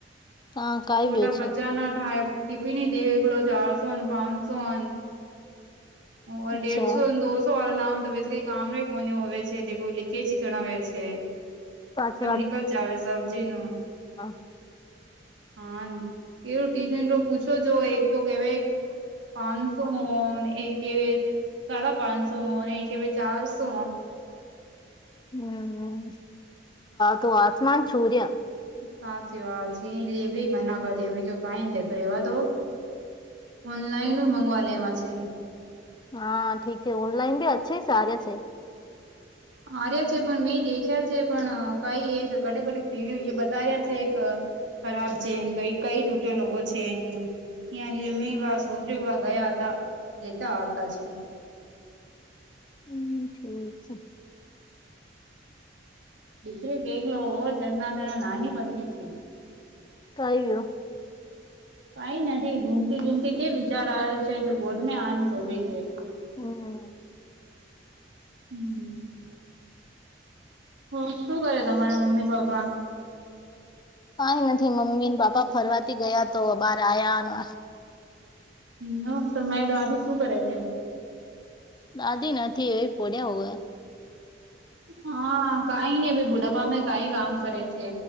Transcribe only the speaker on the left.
હા કઈ
ગયો
છે
અચ્છા
સાચી
હ.
હમ. તો આસમાન છુર્યા.
હા, ઠીક હે, ઓનલાઈન બી અચ્છી સારે છે.
હમ ઠીક છ
કૈરું
હમ્મ
કઈ નથી, મમ્મી ને પાપા ફરવાથી ગયા તો અબાર આયા.
દાદી નથી એવી પડ્યા હોય.